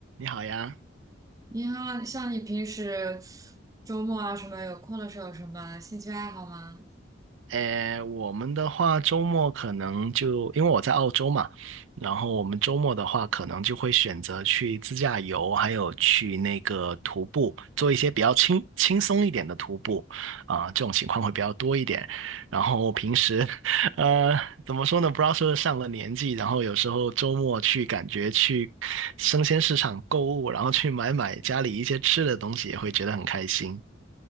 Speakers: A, on the right; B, on the right.
A: 你好呀，
B: 你好，像你平时周末啊什么有空的时候有什么兴趣爱好吗？
A: 诶，我们的话周末可能就因为我在澳洲嘛，然后我们周末的话可能就会选择去自驾游，还有去那个徒步，做一些比较轻轻松一点的徒步，啊、这种情况会比较多一点。然后平时，<laughs> 呃，怎么说呢？不知道是不是上了年纪，然后有时候周末去感觉去生鲜市场购物，然后去买买家里一些吃的东西，也会觉得很开心。